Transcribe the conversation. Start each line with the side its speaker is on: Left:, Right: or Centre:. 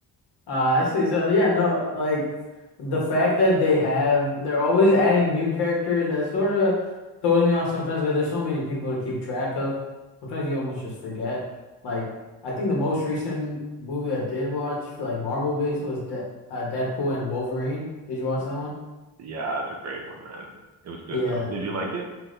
Left: uh, I see. So, yeah, no, like the fact that they have, they're always adding new characters that sort of throws me off sometimes because there's so many people to keep track of. Sometimes you almost just forget. Like, I think the most recent movie I did watch, like Marvel based, was De uh, Deadpool and Wolverine. Did you watch that one?
Right: Yeah, it's a great one, man. It was good
Left: Yeah,
Right: though. Did you like it?